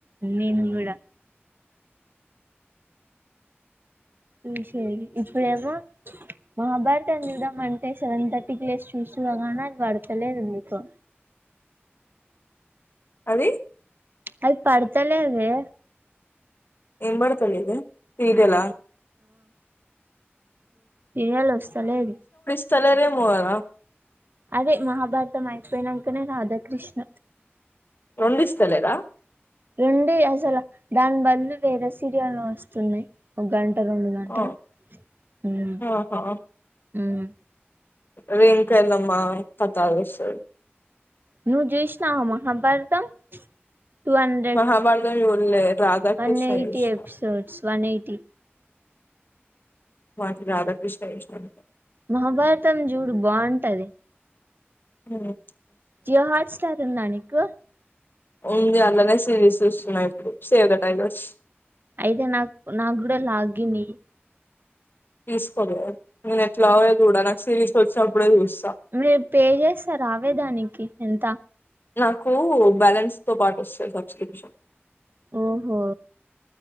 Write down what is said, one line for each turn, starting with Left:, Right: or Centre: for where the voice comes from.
Right: నేను కూడా చూసేది ఇప్పుడు ఏమో మహాభారతం చూద్దాం అంటె సెవెన్ థర్టీకి లేస్ చూసుగానే అది పడతలేదు ఎందుకో
Left: అవి
Right: అది పడుతలేదె
Left: ఏం పడతాలేదే సీరియల్ ఆ
Right: టీవీలో ఒస్తలేదు
Left: స్తలేరేమో కద
Right: అదే మహాభారతం అయిపోయినంకనే రాధాకృష్ణ
Left: రెండు ఇస్తలేరా
Right: రెండె అసల దాని బదులు వేరే సీరియల్ వస్తుంది ఒక గంట రెండు గంటల్
Left: ఆ,
Right: ఉమ్
Left: ఆహా
Right: ఉమ్
Left: రింకాలమ్మా పత్తలిస్తాడు.
Right: నువ్వు చూసినావా మహాభారతం. టూ హండ్రెడ్
Left: మహాభారతం చూడలే. రాధాకృష్ణ
Right: వన్ ఎయిటీ
Left: చూసిన
Right: ఎపిసోడ్స్ వన్ ఎయిటీ.
Left: మాజ రాధాకృష్ణ చుసినం.
Right: మహాభారతం చూడు బాగుంటది.
Left: ఉమ్.
Right: జియో హాట్ స్టార్ ఉందా నీకు.
Left: ఉంది అల్లానే సిరీస్ చూస్తున్నా ఇప్పుడు సేవ్ ద టైగర్స్.
Right: అయితే నాకు నాకు కూడా లాగిన్యి
Left: తీసుకోవే నేను ఎట్లాగో చూడాను నాకు సిరిస్ వచ్చినప్పుడే చూస్తా.
Right: మీరు పే చేస్తారావే దానికి ఇంత.
Left: నాకు బ్యాలెన్స్ తో పాటు వస్తది సబ్స్క్రిప్షన్.
Right: ఓహో